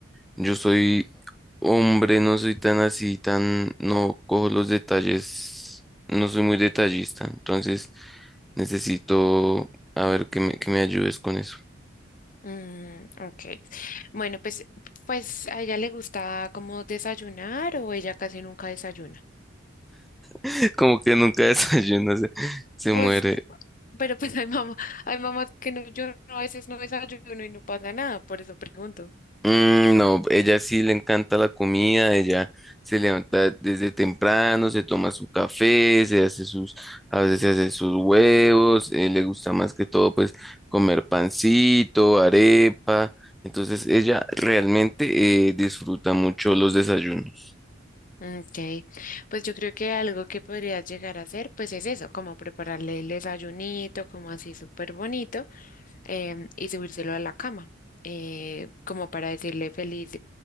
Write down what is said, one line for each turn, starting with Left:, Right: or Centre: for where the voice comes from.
Centre: yo soy Hombre, no soy tan así, tan, no cojo los detalles, no soy muy detallista, entonces necesito, a ver, que me, que me ayudes con eso.
Left: Mm, ok. Bueno, pues, pues a ella le gusta como desayunar o ella casi nunca desayuna.
Centre: <laughs> Como que nunca <laughs> desayuna, se, se
Left: Pues,
Centre: muere,
Left: pero pues hay mamá, hay mamás que no, yo no, a veces no desayuno y no pasa nada, por eso pregunto.
Centre: Mm, no, ella sí le encanta la comida, ella se levanta desde temprano, se toma su café, se hace sus, a veces se hace sus huevos, eh, le gusta más que todo pues comer pancito, arepa, entonces ella realmente eh, disfruta mucho los desayunos.
Left: Ok, pues yo creo que algo que podrías llegar a hacer, pues es eso, como prepararle el desayunito, como así súper bonito. em, y subírselo a la cama, eh, como para decirle feliz,